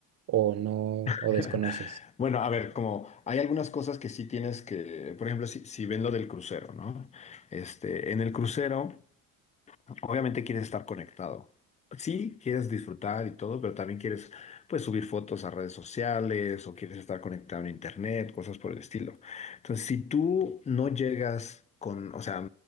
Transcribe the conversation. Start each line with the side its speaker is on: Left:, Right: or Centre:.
Right: o no,
Left: <laughs>
Right: o desconoces.
Left: Bueno, a ver, como hay algunas cosas que sí tienes que, por ejemplo, si, si ven lo del crucero, ¿no? Este, en el crucero Obviamente quieres estar conectado. Sí, quieres disfrutar y todo, pero también quieres, pues, subir fotos a redes sociales o quieres estar conectado en internet, cosas por el estilo. Entonces, si tú no llegas con, o sea,